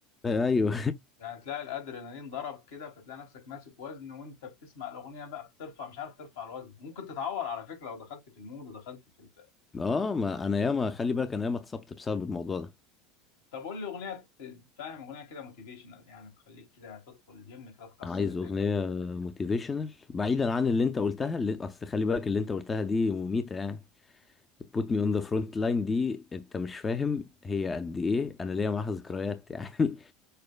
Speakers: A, on the left; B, on the left.
A: ايوه
B: يعني تلاقي الادرينالين ضرب كده فتلاقي نفسك ماسك وزن وانت بتسمع الاغنيه بقى بترفع مش عارف ترفع الوزن ممكن تتعور على فكره لو دخلت في المود ودخلت في ال...
A: <laughs> اه ما انا ياما خلي بالك انا ياما اتصبت بسبب الموضوع ده
B: طب قول لي اغنيه ت- فاهم اغنيه كده موتيفيشنال يعني تخليك كده تدخل الجيم كده تكسر
A: عايز
B: الدنيا
A: اغنيه موتيفيشنال بعيدا عن اللي انت قلتها اللي اصل خلي بالك اللي انت قلتها دي مميته يعني put me on the front line دي انت مش فاهم هي قد ايه انا ليا معاها ذكريات يعني